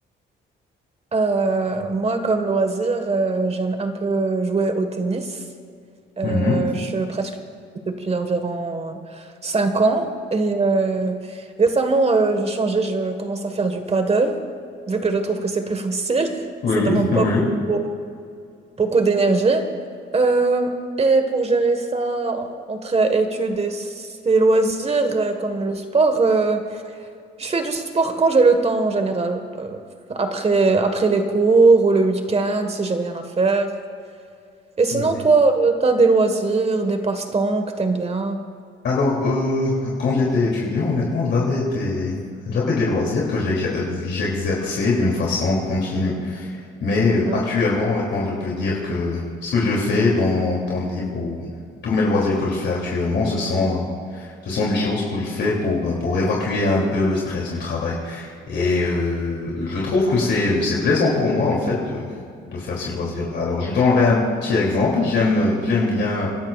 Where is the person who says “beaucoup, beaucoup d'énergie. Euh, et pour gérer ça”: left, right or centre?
Right